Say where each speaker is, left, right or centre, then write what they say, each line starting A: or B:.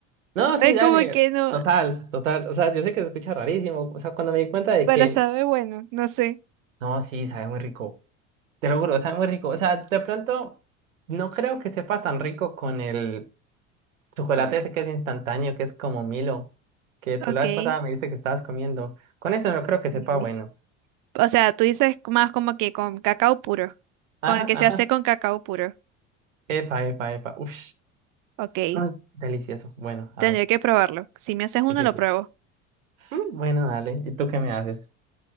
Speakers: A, on the right (about 85°); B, on the right (about 55°).
A: No, sí,
B: Es
A: dale,
B: como que no.
A: total, total. O sea, yo sé que se escucha rarísimo. O sea, cuando me di cuenta de
B: Para
A: que,
B: saber, bueno, no sé.
A: no, sí, sabe muy rico. Te lo juro, sabe muy rico. O sea, de pronto no creo que sepa tan rico con el chocolate
B: Como- que,
A: ese que es instantáneo, que es como Milo, que tú
B: Ok.
A: la vez pasada me dijiste que estabas comiendo. Con eso no creo que
B: sí.
A: sepa bueno.
B: O sea, tú dices más como que con cacao puro.
A: Ajá,
B: Con el que
A: ajá.
B: se hace con cacao puro.
A: Epa, epa, epa. Uf,
B: Ok.
A: no es delicioso. Bueno, a
B: Tendría
A: ver.
B: que
A: <laughs>
B: probarlo. Si me haces uno,
A: Sí, sí,
B: lo
A: sí.
B: pruebo.
A: Mm, Bueno, dale. ¿Y tú qué me haces?